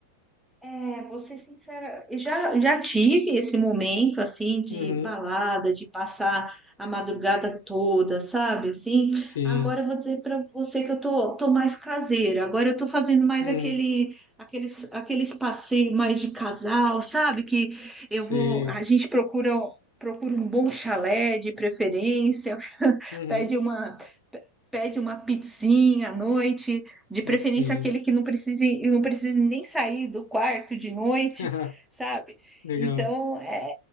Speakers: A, in the centre; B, on the left.
A: É, vou ser sincera, eu já, já tive esse momento, assim, de
B: Uhum,
A: balada, de passar a madrugada toda, sabe, assim,
B: sim,
A: agora eu vou dizer para você que eu tô, tô mais caseira, agora eu tô fazendo mais
B: uhum,
A: aquele, aqueles, aqueles passeios mais de casal, sabe, que
B: sei,
A: eu vou, a gente procura, procura um bom chalé de preferência,
B: uhum,
A: Pede uma, pede uma pizzinha à noite, de preferência
B: mas sim,
A: aquele que não precise, não precise nem sair do quarto de noite,
B: <laughs>
A: sabe?
B: legal,
A: Então é,